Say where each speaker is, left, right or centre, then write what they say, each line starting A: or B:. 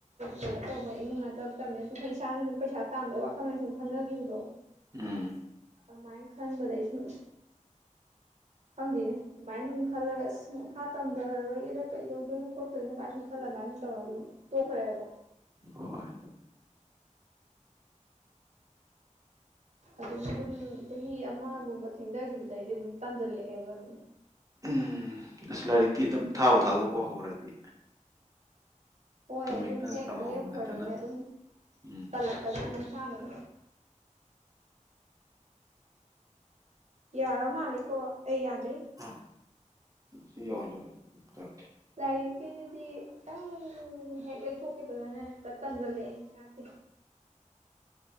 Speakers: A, on the right; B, on the right.
A: ꯀꯩꯅꯣ ꯇꯧꯕ ꯏꯃꯨꯡ ꯅꯠꯇꯛꯇꯕꯅ ꯁꯨꯝ ꯑꯩꯈꯣꯏ ꯏꯁꯥꯅ ꯁꯨꯝ ꯄꯩꯁꯥ ꯇꯥꯟꯕꯩ ꯋꯥꯈꯜꯗ ꯁꯨꯝ ꯈꯟꯅꯈꯤꯕꯗꯣ
B: ꯎꯝ
A: ꯑꯗꯨꯃꯥꯏꯅ ꯈꯟꯕꯗ ꯑꯩ ꯁꯨꯝ ꯈꯪꯗꯦꯅꯦ ꯑꯗꯨꯃꯥꯏꯅ ꯑꯗꯨꯝ ꯈꯜꯂꯒ ꯑꯁ ꯃꯈꯥ ꯇꯝꯗꯔꯔꯣꯏꯒꯦꯗ ꯀꯩꯗꯧꯗꯣꯏꯅꯣ ꯈꯣꯠꯇꯣꯏꯅꯣ ꯀꯃꯥꯏꯅ ꯁꯨꯝ ꯈꯜꯂ ꯑꯗꯨꯃꯥꯏꯅ ꯇꯧꯔꯒ ꯑꯗꯨꯝ ꯇꯣꯛꯈ꯭ꯔꯦꯕ
B: ꯍꯣꯏ
A: ꯑꯗꯨꯝ ꯑꯗꯨꯝ ꯆꯍꯤ ꯑꯃꯒꯨꯝꯕ ꯊꯦꯡꯗꯈꯤꯕꯗꯩꯗꯤ ꯑꯗꯨꯝ ꯇꯥꯟꯁꯤꯜꯂꯛꯑꯦꯕ ꯑꯗꯨꯝ
B: ꯎꯝ ꯑꯁ ꯂꯥꯏꯔꯤꯛꯇꯤ ꯑꯗꯨꯝ ꯊꯥꯕꯨ ꯊꯥꯗꯣꯛꯄ ꯍꯧꯈ꯭ꯔꯗꯤ
A: ꯍꯣꯏ
B: ꯇꯝꯃꯤꯀꯥꯟ
A: ꯑꯗꯨꯅ ꯍꯦꯛ
B: ꯇꯝꯍꯧꯕ
A: ꯂꯦꯞꯈ꯭ꯔꯗꯤꯅꯦ
B: ꯅꯠꯇꯅ
A: ꯑꯗꯨꯝ
B: ꯎꯝ
A: ꯇꯜꯂꯛꯄ ꯖꯥꯠꯅꯤ ꯃꯁꯥꯅ ꯑꯗꯨꯝ ꯌꯥꯔ ꯃꯥꯂꯦꯀꯣ ꯑꯦ ꯌꯥꯗꯔꯤ
B: ꯑ ꯁꯤ ꯌꯧꯍꯟꯂꯒ ꯇꯧꯔꯛꯀꯦ
A: ꯂꯥꯏꯔꯤꯛꯀꯤꯗꯨꯗꯤ ꯈꯤꯇꯪ ꯍꯦꯛ ꯂꯩꯊꯣꯛꯈꯤꯕꯗꯅꯦ ꯍꯦꯛꯇ ꯇꯟꯁꯤꯜꯂꯛꯑꯦ ꯌꯥꯗꯦ